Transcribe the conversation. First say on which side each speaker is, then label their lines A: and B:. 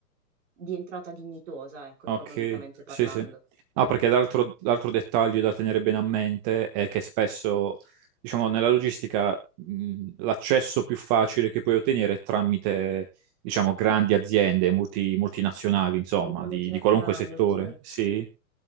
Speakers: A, on the right; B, on the right.
A: di entrata dignitosa, ecco, economicamente
B: Ok,
A: parlando.
B: sì, sì. Ah, perché l'altro l'altro dettaglio da tenere bene a mente è che spesso, diciamo, nella logistica, mh, l'accesso più facile che puoi ottenere è tramite, diciamo, grandi aziende, multi- multinazionali, insomma,
A: Le
B: di,
A: multinazionali,
B: di qualunque settore,
A: ok.
B: sì.